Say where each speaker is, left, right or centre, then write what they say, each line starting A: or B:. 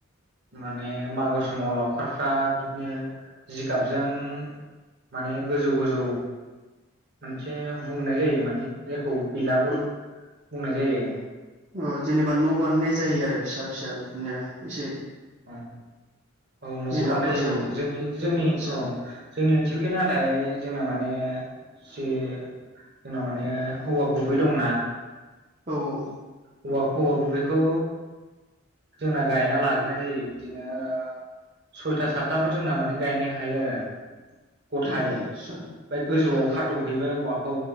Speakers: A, on the right (about 50°); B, on the right (about 35°).
A: माने मागो समाव लावखारफ्रा बिदिनो जिगाबजों माने गोजौ गोजौ मोनसे हुंनाय जायो माने जायखौ बिलागुर बुंनाय जायो
B: औ जेनेबा न' बानायनाय जायो आरो फिसा फिसा बिदिनो एसे
A: ओं औ न'बो
B: जिगाबफोरजों
A: बानायनाय जायो जोंनि-जोंनि
B: आदसा
A: औ जोंनि ओनसोलखै नाथाय जोंना माने ओ जे जोंना माने औवा गुबै दंना
B: औ औ
A: औवा औवा गुबैखौ जोंना गायना लाग्रोनाय जायो बिदिनो ओ सयथा सातथाफोर जोंना माने गायनो हायो आरो गथायै
B: अ आदसा
A: बा गोजौआव
B: गथायै
A: खाथ'हैबाय औवाखौ